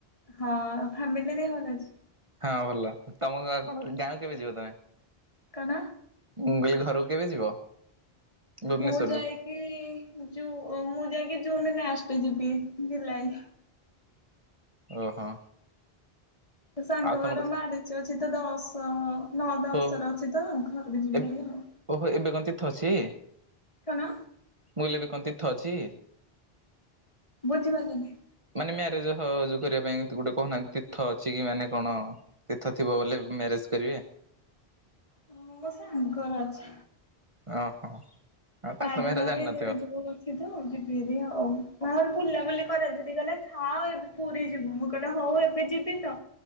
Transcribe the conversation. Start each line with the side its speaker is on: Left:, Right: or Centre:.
Left: ହଁ ଫାମିଲିରେ ଭଲ ଅଛି।
Right: ହଁ ଭଲ, ତମ କଣ ଗାଁ କେବେ ଯିବ ତମେ?
Left: କଣ?
Right: ମୁଁ କହିଲି ଘରକୁ କେବେ ଯିବ? ଭୁବନେଶ୍ୱରରୁ
Left: ମୁଁ ଯାଇକି ମୁଁ ଯାଇକି ଜୁନ ଲାଷ୍ଟ ଯିବି ଜୁଲାଇ।
Right: ଓହୋ।
Left: ସାଙ୍ଗ
Right: ଆଉ ତମର
Left: ଘର ମାରିଚ ଅଛି ତ ଦଶ ନଅ ଦଶ
Right: ଓ
Left: ର ଅଛି ତ ଘର ଯିବାର
Right: ଏବେ
Left: ଆଉ।
Right: ଓହୋ, ଏବେ କଣ ତୀର୍ଥ ଅଛି?
Left: କଣ?
Right: ମୁଁ କହିଲି ଏବେ କଣ ତୀର୍ଥ ଅଛି?
Left: ବୁଝିପାରିଲିନି?
Right: ମାନେ ମ୍ୟାରେଜ ଯୋଉ କରିବା ପାଇଁ ଏମିତି ଗୋଟେ କହୁନାହାନ୍ତି ତୀର୍ଥ ଅଛି କି ମାନେ କଣ? ତୀର୍ଥ ଥିବ ବୋଲେ ମ୍ୟାରେଜ କରିବେ।
Left: ହଁ ମୋ ସାଙ୍ଗର ଅଛ
Right: ଓହୋ। ଆଉ ତାହେଲେ
Left: ଆଠ
Right: ତମେ ହେରା
Left: ନଅରେ
Right: ଜାଣିନଥିବ।
Left: ଯୋଉ ଅଛି ତ ଯିବିହରି ଆଉ କାହାର ବୁଲାବୁଲି କରଦି ଗଲେ ହଁ ଏବେ ପୁରୀ ଯିବୁ ମୁଁ କହିଲି ହଉ ଏବେ ଯିବି ତ?